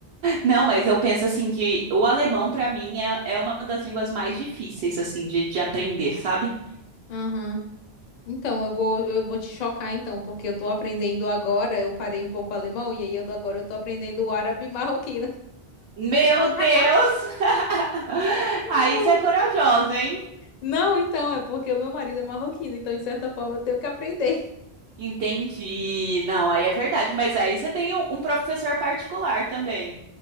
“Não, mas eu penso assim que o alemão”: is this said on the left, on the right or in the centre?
Right